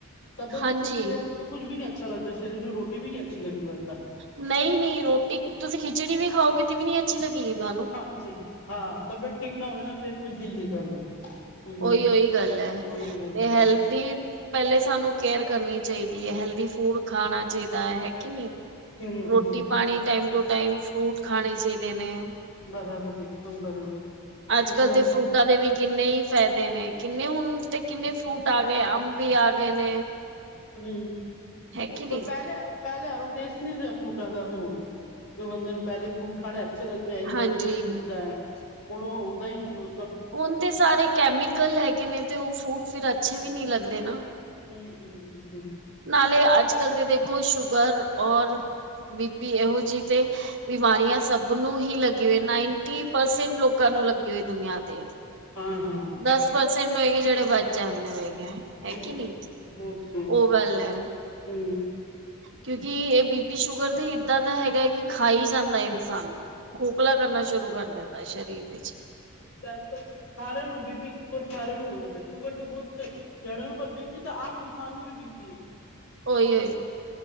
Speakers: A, on the left; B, on the right.
A: ਤਬੀਅਤ
B: ਹਾਂਜੀ
A: ਠੀਕ ਨਈਂ ਰੈ ਸੀ ਤੋ ਕੁੱਝ ਬੀ ਨੀ ਅੱਛਾ ਲੱਗਦਾ ਸ਼ਰੀਰ ਨੂੰ ਰੋਟੀ ਵੀ ਨੀ ਅੱਛੀ ਲੱਗਦੀ ਫਿਰ ਤਾ।
B: ਨਈਂ-ਨਈਂ ਰੋਟੀ ਕੁ ਤੁਸੀਂ ਖਿਚੜੀ ਵੀ ਖਾਓਗੇ ਤੇ ਵੀ ਨੀ ਅੱਛੀ ਲੱਗੇਗੀ ਤੁਆਨੂੰ।
A: ਹਾਂਜੀ ਹਾਂ ਤਬੀਅਤ ਠੀਕ ਨਾ ਹੋਵੇ ਨਾ ਫਿਰ ਕੁਛ ਦਿਲ ਨੀ ਕਰਦਾ। ਹਮ
B: ਓਈ-ਓਈ ਗੱਲ ਐ
A: ਉਹੀ ਗੱਲ
B: ਤੇ
A: ਹੈ
B: ਹੈਲਦੀ
A: ਬਸ
B: ਪੈਲੇ ਸਾਨੂੰ ਕੇਅਰ ਕਰਨੀ ਚਾਈਦੀ ਐ ਹੈਲਦੀ ਫੂਡ ਖਾਣਾ ਚਾਈਦਾ ਐ, ਹੈ ਕਿ ਨਈਂ?
A: ਹਮ
B: ਰੋਟੀ
A: ਹਮ
B: ਪਾਣੀ ਟਾਈਮ ਟੂ ਟਾਈਮ, ਫਰੂਟ ਖਾਣੇ ਚਾਈਦੇ ਨੇ।
A: ਬਰਾਬਰ, ਏਕਦਮ ਬਰਾਬਰ।
B: ਅੱਜ
A: ਕੁਛ
B: ਕੱਲ
A: ਨਾ
B: ਦੇ ਫਰੂਟਾਂ
A: ਕੁਛ
B: ਦੇ ਵੀ ਕਿੰਨੇ ਈ ਫੈਦ ਦੇ ਨੇ, ਕਿੰਨੇ ਹੁਨ ਤੇ ਕਿੰਨੇ ਫਰੂਟ ਆ ਗਏ, ਅੰਬ ਵੀ ਆ ਗਏ ਨੇ।
A: ਹੂੰ,
B: ਹੈ ਕਿ
A: ਪਰ
B: ਨਹੀਂ
A: ਪੈਲੇ ਆਰੋ ਪੈਲੇ ਆਲੋ ਟੇਸਟ ਨੀ ਰਿਆ ਫਰੂਟਾਂ ਦਾ ਵੀ ਹੁਣ, ਜੋ ਬੰਦੇ ਨੂੰ ਪੈਲੇ ਫਰੂਟ ਖਾਣੇ ਅ ਅੱਛੇ ਲੱਗਦੇ ਐ ਥੋੜਾ
B: ਹਾਂਜੀ।
A: ਟੇਸਟ ਦਿਖਦਾ ਐ ਆ ਹੁਣ ਓ ਹੁੰਦਾ ਈ ਨਈਂ ਨੋਂ
B: ਹੁਨ ਤੇ ਸਾਰੇ ਕੈਮੀਕਲ ਹੈਗੇ ਨੇ ਤੇ ਓ ਫਰੂਟ ਫਿਰ ਅੱਛੇ ਵੀ ਨੀ ਲੱਗਦੇ ਨਾਂ।
A: ਹੂੰ-ਹੂੰ-ਹੂੰ-ਹੂੰ।
B: ਨਾਲੇ ਅੱਜਕੱਲ ਤੇ ਦੇਖੋ ਸ਼ੂਗਰ ਔਰ ਬੀਪੀ, ਏਹੋ ਜੀ ਤੇ ਬਿਮਾਰੀਆਂ ਸਬ ਨੂੰ ਹੀ ਲੱਗੀ ਹੋਈ ਏ ਨਾਈਨਟੀ ਪਰਸੈਂਟ ਲੋਕਾਂ ਨੂੰ ਲੱਗੀ ਹੋਈ ਦੁਨੀਆਂ ਤੇ।
A: ਹਾਂ-ਹਾਂ।
B: ਦਸ ਪਰਸੈਂਟ ਹੋਏਂਗੇ ਜੇੜੇ ਬਚ ਜਾਂਦੇ ਹੋਏਗੇ,
A: ਸੱਚੀ
B: ਹੈ ਕੀ
A: ਗੱਲ
B: ਨਈਂ,
A: ਬਹੁਤ ਬਹੁਤ
B: ਓ ਗੱਲ ਐ।
A: ਹੂੰ।
B: ਕਿਉਂਕਿ ਏ ਬੀਪੀ ਸ਼ੂਗਰ ਤੇ ਏਦਾਂ ਦਾ ਹੈਗਾ ਐ ਕਿ ਖਾ ਈ ਜਾਂਦਾ ਇਨਸਾਨ ਨੂੰ। ਖੋਖਲਾ ਕਰਨਾ ਸ਼ੁਰੂ ਕਰ ਦਿੰਦਾ ਏ, ਸ਼ਰੀਰ ਵਿੱਚ।
A: ਅੱਜ ਕੱਲ ਸਾਰੇਆਂ ਨੂੰ ਬੀ ਪੀ ਸ਼ੂਗਰ ਸਾਰੇਆਂ ਨੂੰ ਔਂਦਾ ਪਿਆ ਸ਼ੂਗਰ ਤੋਂ ਬੋਤ ਜਾਣੇਆਂ ਨੂੰ ਪਰ ਬੀਪੀ ਤਾਂ ਆਮ ਇਨਸਾਨ ਨੂੰ ਵੀ ਬੀਪੀ ਐ।
B: ਓਈ-ਓਈ